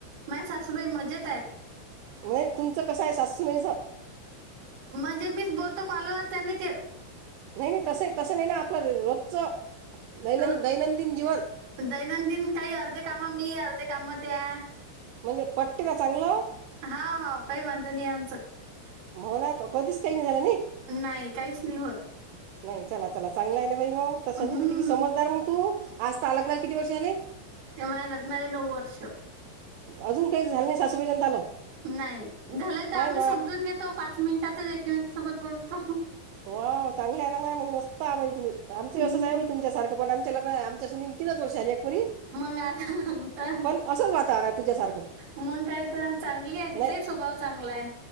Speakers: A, on the right; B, on the right.
A: माय सासूबाई मजेत आहेत.
B: वय तुमचं कसं आहे सासु बाईचा.
A: म्हणजे मीच बोलतो, कॉलवर त्यांनी ते.
B: नाही नाही तसं तसं नाही ना आपलं रोजचं दैनं
A: रोज
B: दैनं दिन जीवन
A: दैनंदिन काही अर्धे कामं मी अर्धे काम त्या
B: म्हणजे पट्टला का चांगलं.
A: हाव हाव काही वांदा नाही आमचं.
B: हो ना कधीच काही नाही झाला नाही.
A: नाही काहीच नाही होत.
B: नाही चला चला चांगला आहे ना बाई मंग त्या संजीत
A: हम्म
B: किती समजदार मग तू. आज तालकंनाल किती वर्ष झाले?
A: ये माया लग्नला नऊ वर्ष.
B: अजून काही झालं नाही सासूबाई <unintelligible> आलं.
A: नाही झालंय तर
B: पाय
A: आम्ही
B: वा
A: समजून घेतो पाच मिनिटातच एकीमेकी सोबत बोलतो.
B: हो चांगलं आहे ना माय मग मस्त आ बाई तुम्ही आमचे
A: हम्म.
B: असंच हाय तुमच्यासारखं पण आमच्या लग्न आमच्या सुनी तीनच वर्ष झाली एक पोरी
A: मग आता तर
B: पण असंच वातान आहे तुझ्यासारखं.
A: मग काय तर चांगली आहे तिचाही
B: नाही
A: स्वभाव चांगला आहे.